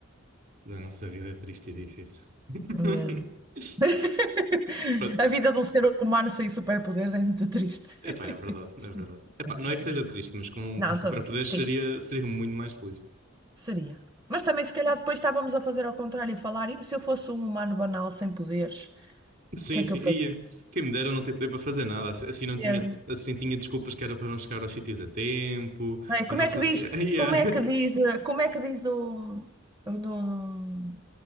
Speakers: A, on the right (about 50°); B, on the right (about 20°).
A: da nossa vida é triste e difícil. <laughs>
B: mesmo. <laughs>
A: Pronto.
B: A vida de um ser humano sem superpoderes é muito triste.
A: Epá,
B: <laughs>
A: é verdade, é verdade. Epá,
B: Não,
A: não
B: tô
A: é que
B: brincando.
A: seja triste, mas com,
B: Não,
A: com superpoderes
B: estou a brincar. Sim,
A: seria, seria muito mais feliz.
B: seria. Mas também, se calhar, depois estávamos a fazer ao contrário, a falar, e se eu fosse um humano banal sem poderes, o
A: Sim,
B: que é
A: sim,
B: que eu
A: ia. Quem me dera não ter poder para fazer nada. Assim assim não tinha,
B: fazia?
A: assim tinha desculpas que era para não chegar aos sítios a tempo,
B: não é?
A: para
B: Como
A: não
B: é
A: fazer.
B: que diz,
A: ia ia.
B: como é que diz, eh, como é que diz o, o no, no,